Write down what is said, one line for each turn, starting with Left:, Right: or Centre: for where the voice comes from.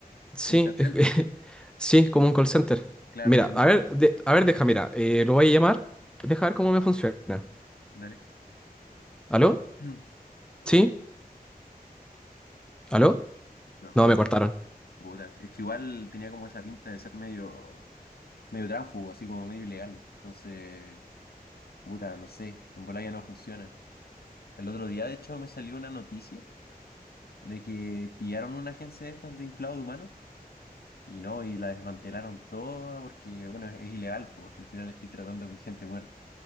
Centre: Sí,
Left: como un call
Centre: es,
Left: center.
Centre: <laughs> sí, es como un call center.
Left: Claro,
Centre: Mira,
Left: igual,
Centre: a ver, de- a ver, deja, mira, eh, lo voy a llamar, deja ver cómo me funciona.
Left: dale.
Centre: ¿Aló?
Left: <clears throat>
Centre: ¿Sí? ¿Aló?
Left: No, Ojalá,
Centre: No, me cortaron.
Left: puta. Es que igual tenía como esa pinta de ser medio, medio tránfugo, así como medio ilegal. Entonces, puta, no sé, en bola ya no funciona. El otro día, de hecho, me salió una noticia de que pillaron una agencia de estas de inflado de humano y no, y la desmantelaron toda porque, bueno, es, es ilegal, porque al final estoy tratando con gente muerta.